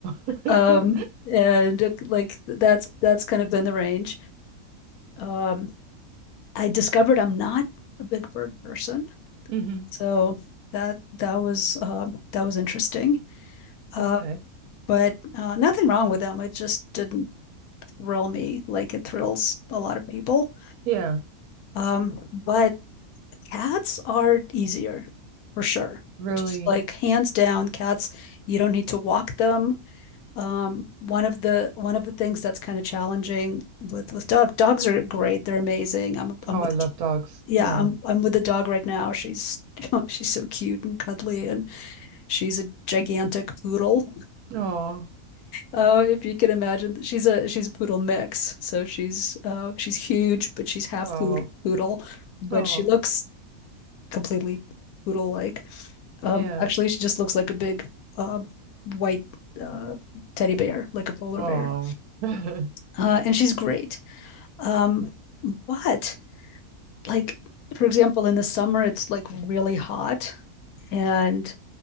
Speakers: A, on the right (about 80°); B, on the left (about 75°).
A: wow
B: Um, and uh, like that's that's kind of been the range. Um, I discovered I'm not a big bird person,
A: <laughs> hmm
B: so that that was um, that was interesting. Uh,
A: okay
B: but uh, nothing wrong with them. It just didn't thrill me like it thrills a lot of people.
A: yeah
B: Um, but cats are easier for sure.
A: really
B: Just, Like hands down, cats, you don't need to walk them. Um, one of the one of the things that's kind of challenging with with dog, dogs are great. They're amazing. I'm I'm
A: oh
B: with
A: I love dogs
B: yeah,
A: yeah
B: I'm I'm with a dog right now. She's <laughs> she's so cute and cuddly and she's a gigantic poodle.
A: oh
B: Oh, if you can imagine, she's a she's a poodle mix. So she's uh she's huge, but she's half
A: wow
B: pood- poodle but
A: oh
B: she looks completely poodle like. Um,
A: yeah
B: actually, she just looks like a big uh, white uh, teddy bear, like a polar
A: oh
B: bear.
A: <laughs>
B: Uh, and she's great. Um, but, like, for example, in the summer, it's like really hot. And